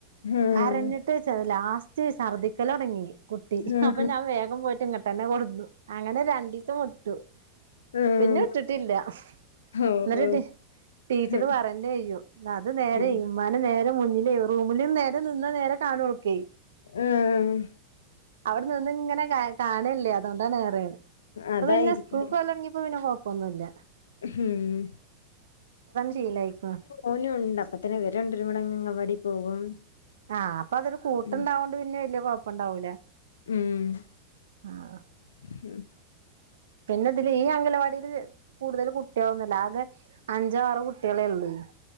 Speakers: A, on the left; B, on the right.
A: ഉം ഉം
B: കരഞ്ഞിട്ട് ലാസ്റ്റ് ശർദിക്കലൊടങ്ങി കുട്ടി
A: ഉം
B: അപ്പൊ ഞാൻ വേഗം പോയി ട്ടെന്നെ കൊടുന്നു അങ്ങനെ രണ്ടീസം വിട്ടു
A: ഉം
B: പിന്നെ വിട്ടിട്ടില്ല
A: ഓ
B: ഇന്നട്ട്ണ്ട്
A: ഓ
B: ടീച്ചറ്‌
A: ഹ്,
B: പറന്നെ ചെയ്യും അത് നേരേകും
A: ഉം
B: മ്മാനെ നേരെ മുന്നിലേ റൂമില് നേരെ നിന്നാ നേരെ കാണു ഓൾക്കെ
A: ആഹ്
B: അവിടെ നിന്ന് ഇങ്ങനെ ക കാണല്ലേ അതുകൊണ്ടാണ് ഏറെ ഇപ്പൊ
A: അതായിരിക്കും.
B: പിന്നെ സ്കൂൾക്ക് പോകൽ തുടങ്ങിയപ്പോ പിന്നെ കൊഴപ്പൊന്നൂല്ല
A: ഹും <unintelligible>
B: ശീലായിക്ക്ണ്
A: ഓനൂണ്ട് അപ്പ തന്നെ ഇവരണ്ടുപേരും കൂടെ അങ്ങവാടി പോകും
B: ആ അപ്പ അതൊരു കൂട്ടുണ്ടാവോണ്ട്
A: ഉം
B: പിന്നെ വല്യ കൊഴപ്പണ്ടാവൂല
A: ഉം
B: ആഹ് പിന്നെ ഇതില് ഈ അംഗലവാടിൽ കൂടുതൽ കുട്ടികളൊന്നൂല്യ ആകെ അഞ്ചോ ആറോ കുട്ടികളെ ഉള്ളൂ